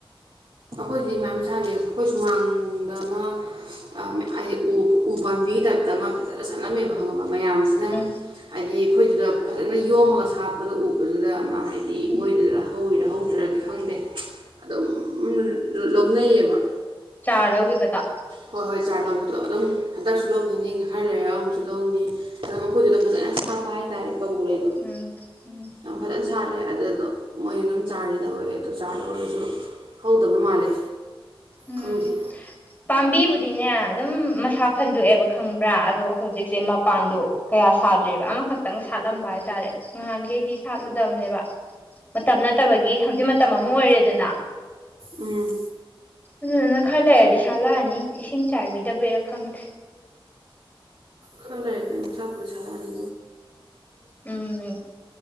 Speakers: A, on the right (about 75°); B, on the left (about 20°).
A: ꯑꯟꯏꯟꯇꯦꯜꯂꯤꯖꯦꯕꯜ ꯀꯥꯏꯗꯩ ꯈꯣꯏ ꯁꯨꯃꯥꯡ ꯗ ꯑꯃ ꯑꯝ ꯍꯥꯏꯗꯤ ꯎ ꯎ ꯄꯥꯝꯕꯤꯒꯤ ꯇꯥꯏꯞꯇ ꯑꯃ ꯐꯖꯅ ꯁꯠꯂꯝꯝꯃꯦꯕ ꯈꯪꯉꯕ ꯃꯌꯥꯝꯁꯤꯅ
B: ꯎꯝ
A: ꯍꯥꯏꯗꯤ ꯑꯩꯈꯣꯏꯗꯨꯗ ꯐꯖꯅ ꯌꯣꯝꯃꯒ ꯁꯥꯞꯄꯗꯣ ꯎꯕꯗꯨꯗ ꯑꯃ ꯍꯥꯏꯗꯤ
B: ꯎꯝ
A: ꯃꯣꯏꯗꯨꯗ ꯍꯧꯔꯤꯔꯥ ꯍꯧꯗ꯭ꯔꯤꯔꯥꯗꯤ ꯈꯪꯗꯦ ꯑꯗꯨꯝ ꯂ ꯂꯧꯅꯩꯌꯦꯕ
B: ꯆꯥꯔ ꯂꯧꯒꯤꯕꯗꯣ
A: ꯍꯣꯏ ꯍꯣꯏ ꯆꯥꯔ ꯂꯧꯕꯗꯣ ꯑꯗꯨꯝ ꯍꯟꯗꯛꯁꯨ ꯂꯧꯒꯅꯤ ꯈꯔ ꯂꯩꯔꯒ ꯑꯃꯨꯛꯁꯨ ꯂꯧꯅꯤ ꯑꯗꯣ ꯃꯈꯣꯏꯗꯨꯗ ꯐꯖꯅ ꯁꯥꯠꯄ ꯍꯥꯏꯇꯥꯔꯦ ꯀꯕꯣꯛ ꯂꯩꯩꯗꯣ
B: ꯎꯝ ꯎꯝ
A: ꯌꯥꯝ ꯐꯖꯅ ꯁꯥꯠꯂꯦ ꯑꯗꯨꯗꯣ ꯃꯣꯏ ꯑꯗꯨꯝ ꯆꯥꯔꯗꯤ ꯂꯧꯋꯦ ꯑꯗꯣ ꯆꯥꯔ ꯂꯧꯔꯁꯨ ꯍꯧꯗꯕ ꯃꯥꯜꯂꯦ
B: ꯎꯝ
A: ꯈꯪꯗꯦ
B: ꯄꯥꯝꯕꯤꯕꯨꯗ ꯗꯤꯅꯦ ꯑꯗꯨꯝ ꯃꯁꯥ ꯐꯟꯗꯣꯛꯑꯦꯕ ꯈꯪꯕ꯭ꯔꯥ ꯑꯗꯣ ꯍꯧ ꯍꯧꯖꯤꯛꯁꯦ ꯃꯄꯥꯟꯗꯣ ꯀꯌꯥ ꯁ ꯁꯥꯗ꯭ꯔꯦꯕ ꯑꯃꯈꯛꯇꯪ ꯁꯥꯠꯂꯝꯕ ꯍꯥꯏꯇꯥꯔꯦ ꯅꯍꯥꯟꯒꯩꯗꯤ ꯁꯥꯠꯂꯨꯗꯝꯅꯦꯕ ꯃꯇꯝ ꯅꯠꯇꯕꯒꯤ ꯍꯧꯖꯤꯛ ꯃ ꯃꯇꯝꯝ ꯑꯃ ꯑꯣꯏꯔꯦꯗꯅ
A: ꯎꯝ
B: ꯑꯗꯨꯗꯨꯅ ꯈꯔ ꯂꯩꯔꯗꯤ ꯁꯥꯠꯂꯛꯑꯅꯤ ꯏꯁꯤꯡ ꯆꯥꯏꯕꯤꯗꯕꯩꯔꯥ ꯈꯪꯗꯦ
A: ꯈꯔ ꯂꯩꯔꯗꯤ ꯑꯃꯨꯛ ꯁꯥꯠꯄꯨꯗꯤ ꯁꯥꯠꯂꯛꯑꯅꯤ
B: ꯎꯝ ꯎꯝ